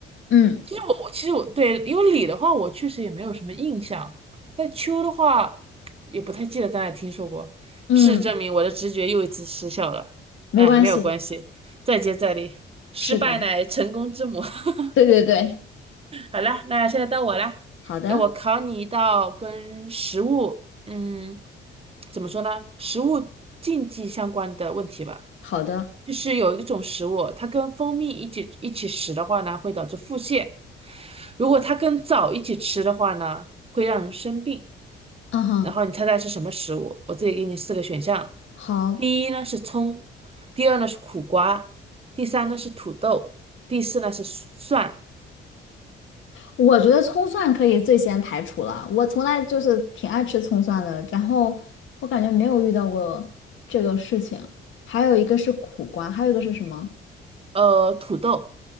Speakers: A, on the left; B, on the right.
A: 嗯
B: 其实我其实我对，因为李的话我确实也没有什么印象，但秋的话也不太记得在哪听说过。
A: 嗯，
B: 事实证明我的直觉又一次失效了，哎，
A: 没关系，
B: 没有关系，再接再厉，失败乃成功之母。
A: 是的，
B: <laughs>
A: 对对对，
B: 好啦，那现在到我啦，
A: 好的，
B: 那我考你一道跟食物，嗯，怎么说呢？食物禁忌相关的问题吧。
A: 好的，
B: 就是有一种食物，它跟蜂蜜一起一起食的话呢，会导致腹泻；如果它跟枣一起吃的话呢，会让人生病。
A: 嗯哼，
B: 然后你猜猜是什么食物？我这里给你四个选项：
A: 好。
B: 第一呢是葱，第二呢是苦瓜，第三呢是土豆，第四呢是蒜，
A: 我觉得葱蒜可以最先排除了，我从来就是挺爱吃葱蒜的，然后我感觉没有遇到过这个事情。还有一个是苦瓜，还有一个是什么？
B: 呃，土豆，